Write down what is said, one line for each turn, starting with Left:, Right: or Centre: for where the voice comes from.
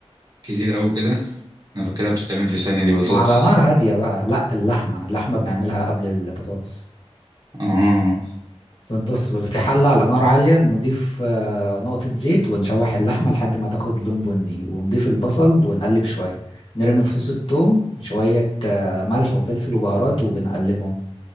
Right: كتير قوي كده انا فاكرها بتستعمل في ثانية دي بطاطس
Left: مع على نار هادية بقى لا اللحمة اللحمة بنعملها قبل البطاطس
Right: اه
Left: بنبص في حلة على نار عالية نضيف آه، نقطة زيت ونشوح اللحمة لحد ما تاخد لون بني ونضيف البصل ونقلب شوية نرمي فصوص الثوم شوية آه، ملح وفلفل وبهارات وبنقلبهم